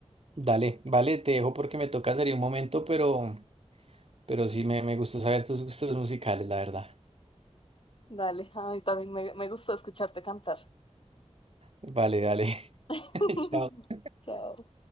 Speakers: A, on the right; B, on the left.
A: Dale, vale, te dejo porque me toca salir un momento, pero, pero sí me, me gustó saber tus gustos musicales, la verdad.
B: Dale, ay, también me, me gustó escucharte cantar.
A: Vale, dale.
B: <laughs>
A: <laughs> Chao.
B: Chao.